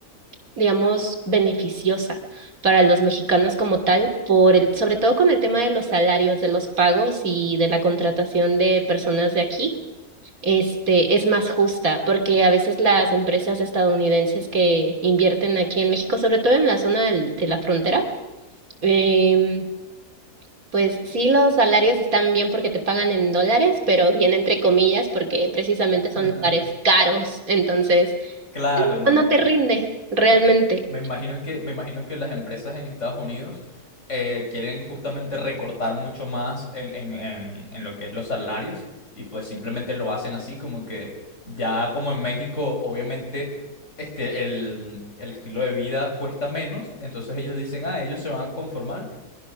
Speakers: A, on the right; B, on the left.
A: digamos, beneficiosa para los mexicanos como tal, por el, sobre todo con el tema de los salarios, de los pagos y de la contratación de personas de aquí. Este, es más justa, porque a veces las empresas estadounidenses que invierten aquí en México, sobre todo en la zona del- de la frontera, em, pues sí, los salarios están bien porque te pagan en dólares, pero bien entre comillas porque precisamente son
B: <laughs>
A: lugares caros, entonces
B: Claro, no.
A: no, no te rinde realmente.
B: Me imagino que, me imagino que las empresas en Estados Unidos eh, quieren justamente recortar mucho más en, en- en- en lo que es los salarios y pues simplemente lo hacen así, como que ya como en México, obviamente, este, el, el estilo de vida cuesta menos, entonces ellos dicen, ah, ellos se van a conformar